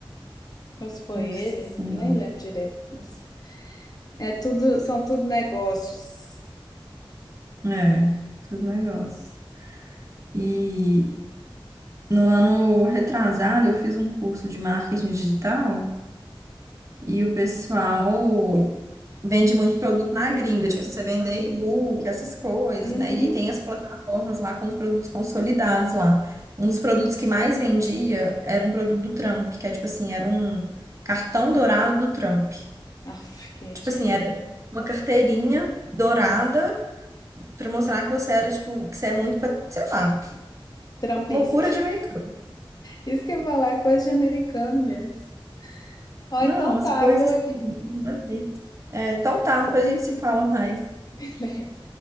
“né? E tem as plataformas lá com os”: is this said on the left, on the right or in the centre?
Right